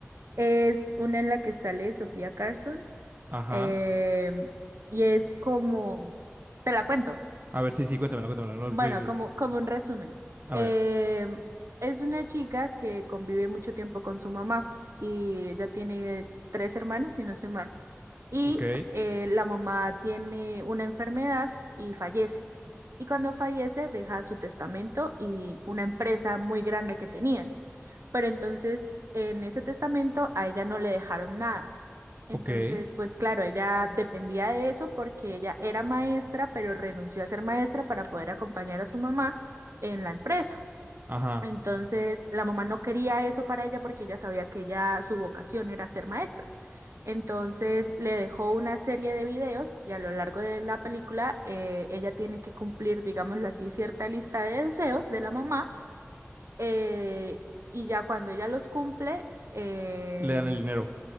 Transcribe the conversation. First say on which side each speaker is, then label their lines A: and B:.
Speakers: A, on the right; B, on the right.
A: Es una en la que sale Sofía Carson
B: Ajá.
A: em, y es como, te la cuento,
B: A ver, sí, sí, cuéntamela, cuéntamela. No,
A: bueno,
B: sí,
A: como,
B: sí.
A: como un resumen.
B: A
A: Em,
B: ver,
A: es una chica que convive mucho tiempo con su mamá y ella tiene tres hermanos, si no soy mal, y
B: ok,
A: eh, la mamá tiene una enfermedad y fallece. Y cuando fallece deja su testamento y una empresa muy grande que tenían. Pero entonces en ese testamento a ella no le dejaron nada. Entonces,
B: ok,
A: pues claro, ella dependía de eso porque ella era maestra, pero renunció a ser maestra para poder acompañar a su mamá en la empresa.
B: ajá,
A: Entonces, la mamá no quería eso para ella porque ella sabía que ella, su vocación era ser maestra. Entonces le dejó una serie de videos y a lo largo de la película eh, ella tiene que cumplir, digámoslo así, cierta lista de deseos de la mamá eh, y ya cuando ella los cumple, eh,
B: le dan el dinero,